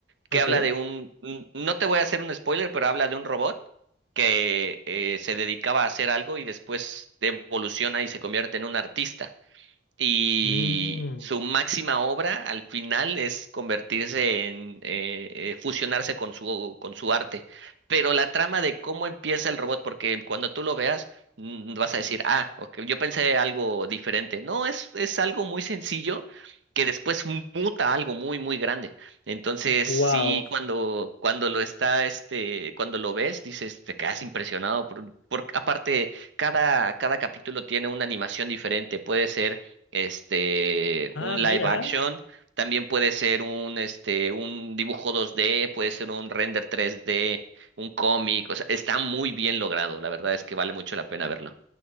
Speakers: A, on the right (about 70°); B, on the left (about 80°).
A: que
B: Ok.
A: habla de un, n- no te voy a hacer un spoiler, pero habla de un robot que eh, se dedicaba a hacer algo y después evoluciona y se convierte en un artista y
B: Mm.
A: su máxima obra al final es convertirse en eh, eh, fusionarse con su con su arte. Pero la trama de cómo empieza el robot, porque cuando tú lo veas mm, vas a decir, ah, ok, yo pensé algo diferente. No, es es algo muy sencillo que después muta a algo muy muy grande. Entonces,
B: Wow.
A: sí, cuando cuando lo está este cuando lo ves dices, te quedas impresionado por, por aparte cada cada capítulo tiene una animación diferente, puede ser este,
B: Ah,
A: un
B: mira.
A: live action, también puede ser un, este, un dibujo 2D, puede ser un render 3D, un cómic, o sea, está muy bien logrado, la verdad es que vale mucho la pena verlo.